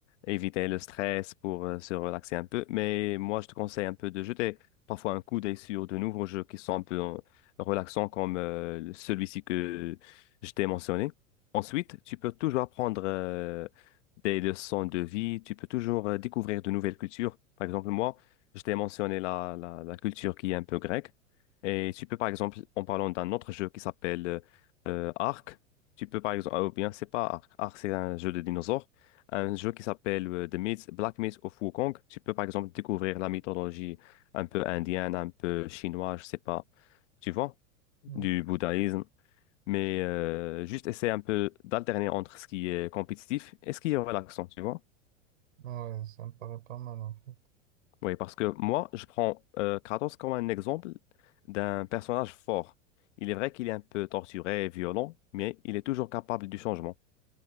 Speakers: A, on the left; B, on the right.
A: éviter le stress, pour euh, se relaxer un peu. Mais moi je te conseille un peu de jeter parfois un coup d'œil sur de nouveaux jeux qui sont un peu euh, relaxants comme euh, celui-ci que je t'ai mentionné. Ensuite, tu peux toujours apprendre euh, des leçons de vie, tu peux toujours euh, découvrir de nouvelles cultures. Par exemple, moi, je t'ai mentionné la, la, la culture qui est un peu grecque. Et tu peux par exemple, en parlant d'un autre jeu qui s'appelle... euh, euh, Ark. Tu peux par exemple, ah, ou bien c'est pas Ark, Ark c'est un jeu de dinosaures, un jeu qui s'appelle euh, The Myth, Black Myth of Wukong. Tu peux par exemple découvrir la mythologie un peu indienne, un peu chinoise, je sais pas, tu vois,
B: Mhm.
A: du bouddhisme. Mais euh, juste essayer un peu d'alterner entre ce qui est compétitif et ce qui est relaxant, tu vois.
B: Ouais, ça me paraît pas mal en fait.
A: Oui, parce que moi, je prends euh, Kratos comme un exemple d'un personnage fort. Il est vrai qu'il est un peu torturé et violent, mais il est toujours capable du changement.